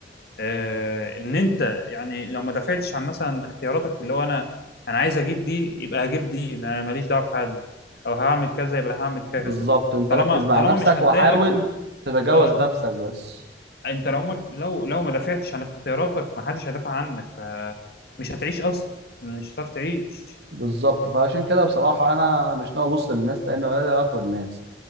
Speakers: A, on the left (about 60°); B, on the right (about 60°).
A: آه ان انت يعني لو ما دافعتش عن مثلا اختياراتك اللي هو انا انا عايز اجيب دي يبقى هجيب دي ما- ماليش دعوه بحد او هعمل كذا يبقى هعمل كذا
B: بالظبط انت
A: طالما
B: ركز مع
A: طالما
B: نفسك
A: مش هتضايقك
B: وحاول تتجاوز
A: اه
B: نفسك بس
A: انت لو ما لو لو ما دافعتش عن اختياراتك ما حدش هيدافع عنك فمش هتعيش اصلا مش هتعرف تعيش
B: بالظبط فعشان كده بصراحة أنا مش ناوي أبص للناس لأن ولا لي علاقة بالناس